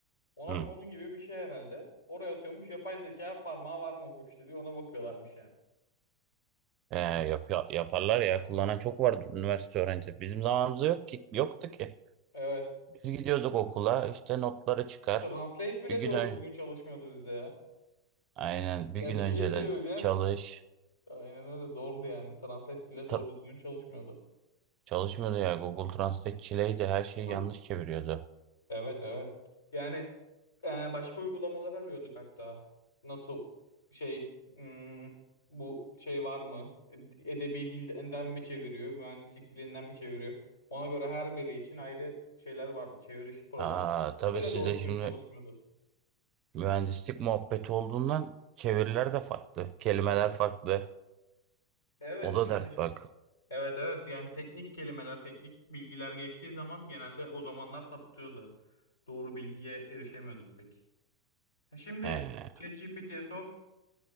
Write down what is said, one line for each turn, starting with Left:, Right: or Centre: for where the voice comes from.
Left: Ona
Right: Hı.
Left: onun gibi bir şey herhalde. Oraya atıyormuş yapay zeka parmağı var mı bu işte diyor ona bakıyorlarmış yani.
Right: E, yap, ya- yaparlar ya. Kullanan çok vardı üniversite öğrencisi. Bizim zamanımızda yok ki, yoktu ki.
Left: Evet.
Right: Biz gidiyorduk okula işte notları çıkar.
Left: Translate bile
Right: Bir gün
Left: doğru
Right: ön-
Left: düzgün çalışmıyordu bizde ya.
Right: Aynen bir
Left: Ya
Right: gün
Left: bir
Right: önceden
Left: şey çevireceksin.
Right: çalış.
Left: Aynen öyle zordu yani. Translate bile doğru
Right: Ta-
Left: düzgün çalışmıyordu.
Right: çalışmıyordu ya Google Translate çileydi her şeyi
Left: Hı.
Right: yanlış çeviriyordu.
Left: Evet evet. Yani e, başka uygulamalar arıyorduk hatta. Nasıl şey hmm, bu şey var mı? Edebi dilden mi çeviriyor? Mühendislik dilinden mi çeviriyor? Ona göre her biri için ayrı şeyler vardı. Çeviriş programı.
Right: Aa, tabii
Left: Bunlar bile
Right: sizde
Left: doğru düzgün
Right: şimdi
Left: çalışmıyordu.
Right: mühendislik muhabbeti olduğundan çeviriler de farklı. Kelimeler
Left: Evet.
Right: farklı.
Left: Evet
Right: O da
Left: yani
Right: dert bak.
Left: Evet evet yani teknik kelimeler, teknik bilgiler geçtiği zaman genelde o zamanlar sapıtıyordu. Doğru bilgiye erişemiyorduk pek. E Şimdi
Right: Ee,
Left: ChatGPT'ye sor,